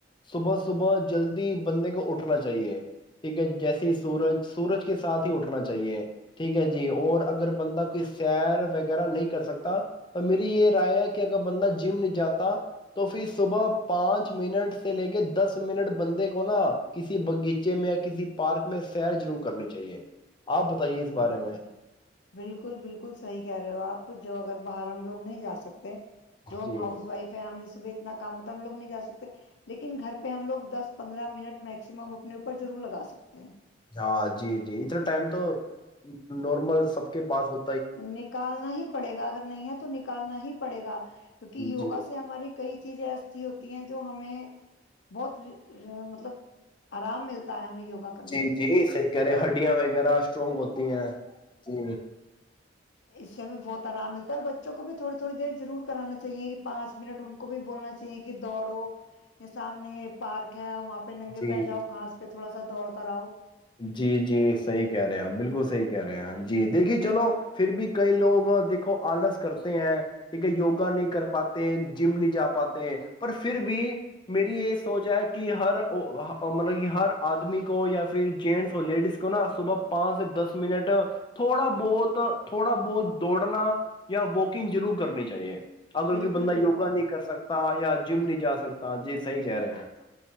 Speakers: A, on the left; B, on the left.
A: صبح صبح جلدی بندے کو اٹھنا چاہیے ٹھیک ہے جیسے ہی سورج سورج کے ساتھ ہی اٹھنا چاہیے ٹھیک ہے جی اور اگر بندہ کوئی سیر وغیرہ نہیں کر سکتا تو میری یہ رائے ہے کہ اگر بندہ جم نہیں جاتا تو پھر صبح پانچ منٹ سے لے کے دس منٹ بندے کو نا کسی باغیچے میں یا کسی پارک میں سیر ضرور کرنی چاہیے آپ بتائیے اس
B: بالکل
A: بارے میں
B: بالکل بالکل صحیح کہہ رہے ہو آپ جو اگر باہر ہم لوگ نہیں جا سکتے جو ہم
A: جی
B: ہاؤس وائف ہیں ہمیں صبح اتنا کام ہوتا ہم لو نہیں جا سکتے لیکن گھر پہ ہم لوگ دس پندرہ منٹ میکسیمم اپنے اوپر ضرور لگا سکتے ہیں
A: ہاں جی جی اتنا ٹائم تو نارمل سب کے پاس ہو
B: نکالنا ہی پڑے گا اگر نہیں ہے تو نکالنا ہی پڑے گا کیونکہ یوگا
A: جی
B: سے ہماری کئی چیزیں ایسی ہوتی ہیں جو ہمیں بہت مطلب آرام ملتا ہے ہمیں یوگا کرنے
A: جی
B: سے
A: جی صحیح کہہ رہے ہڈیاں وغیرہ اسٹرونگ ہوتی ہیں جی
B: اس سے ہمیں بہت آرام ملتا ہے اور بچوں کو بھی تھوڑی تھوڑی دیر ضرور کرانا چاہیے کہ پانچ منٹ ان کو بھی بولنا چاہیے کہ دوڑو سامنے پارک ہے وہاں پہ ننگے
A: جی
B: پیر جاؤ گاس پہ تھوڑا سا دوڑ کر اؤ
A: جی جی صحی کہہ رہے ہیں بالکل صحی کہہ رہے ہیں جی دیکھیے چلو پھر بھی کئی لوگ دیکھو آلس کرتے ہیں ٹھیک ہے یوگا نہیں کر پاتے جم نہیں جا پاتے ہیں پر پھر بھی میری یہ سوچ ہے کہ ہر مطلب کی ہر آدمی کو پھر جینس اور لیڈیز کو نا صبح پانچ سے دس منٹ تھوڑا بہت تھوڑا بہت دوڑنا یا واکنگ ضرور کرنی چاہیے اگر
B: بالکل
A: کوئی بندا
B: بالکل
A: یوگا نہیں کر سکتا یا جم نہیں جا سکتا جی صحی کہہ رہے ہیں